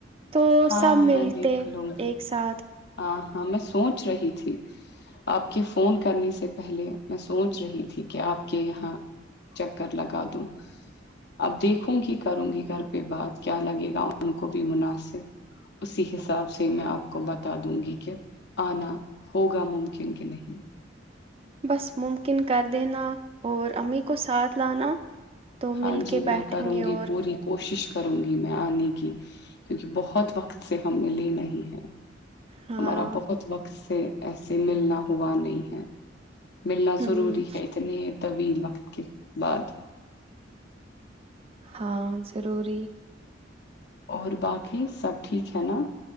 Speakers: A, on the right; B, on the left.
A: تو
B: ہاں
A: سب
B: میں
A: ملتے
B: دیکھ لوں گی
A: ایک ساتھ
B: ہاں ہاں میں سوچ رہی تھی آپ کے فون کرنے سے پہلے میں سوچ رہی تھی کہ آپ کے یہاں چکر لگا دوں اب دیکھوں گی کروں گی گھر پہ بات کیا لگے گا ان کو بھی مناسب اسی حساب سے میں آپ کو بتا بتا دوں گی کیا آنا ہوگا ممکن کہ نہیں
A: بس ممکن کر دینا اور امی کو ساتھ لانا تو مل
B: ہاں جی
A: کے
B: میں
A: بیٹھیں
B: کروں
A: گے اور
B: گی پوری کوشش کروں گی میں آنے کی کیونکہ بہت وقت سے ہم ملے نہیں ہیں
A: ہاں
B: ہمارا بہت وقت سے ایسے ملنا ہوا نہیں ہے ملنا
A: ہوں
B: ضروری ہے اتنے طویل وقت کے بعد
A: ہاں ضروری
B: اور باقی سب ٹھیک ہے نا